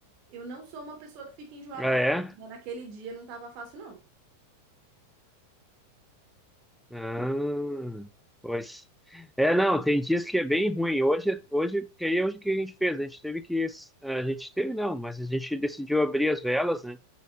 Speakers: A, on the right; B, in the centre.
A: eu não sou uma pessoa que fica enjoada
B: Ah,
A: fácil,
B: é?
A: mas naquele dia não estava fácil, não.
B: Ah, pois. É, não, tem dias que é bem ruim. Hoje, hoje, porque aí é hoje o que a gente fez? A gente teve que, a gente teve não, mas a gente decidiu abrir as velas, né,